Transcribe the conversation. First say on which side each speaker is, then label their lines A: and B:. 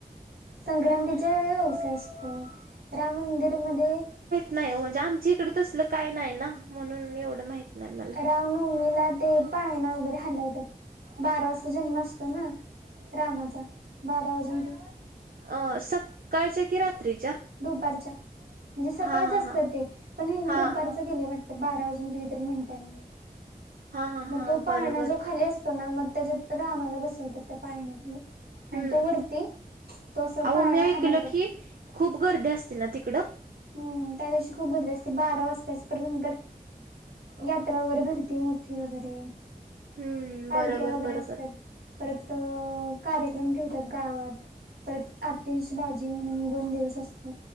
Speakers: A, on the right; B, on the right.
A: संक्रांतीचा ववसा असतो राम मंदिरमध्ये
B: नाय ओ म्हणजे आमच्या इकडे तसलं काय नाय ना म्हणून एवढं माहित नाही मला.
A: राम नऊमीला ते पाळणा वगैरे हलवतात बारा वाजता जन्म असतो ना रामाचा बारा वाजून गे
B: अ सकाळच्या की रात्रीच्या
A: दुपारच्या म्हणजे सकाळच
B: हा हा
A: असतं
B: हा
A: ते पण हे
B: हा
A: दुपार चं केलं वाटतं बारा वाजून कितीतरी मिनिटांनी
B: हा हा
A: म
B: हा
A: तो पाळणा
B: बरोबर
A: जो खाली असतो ना म त्याच्यात रामाला बसवतात त्या पाळण्यात म
B: हम्म
A: आणि तो वरती तो असं
B: अहो
A: पाळणा
B: मी ऐकलं
A: हालवतात.
B: की खूप गर्दी असते ना तिकडं
A: हम्म त्या दिवशी खूप गर्दी असते बारा वाजताचं परत नंतर यात्रा वगैरे भरती मोठी वगैरे
B: हम्म
A: पालख्या
B: बरोबर
A: वगैरे
B: बरोबर
A: असत्यात. परत अ कार्यक्रम ठेवत्यात गावात परत आतिश भाजी म्हणून दोन दिवस असत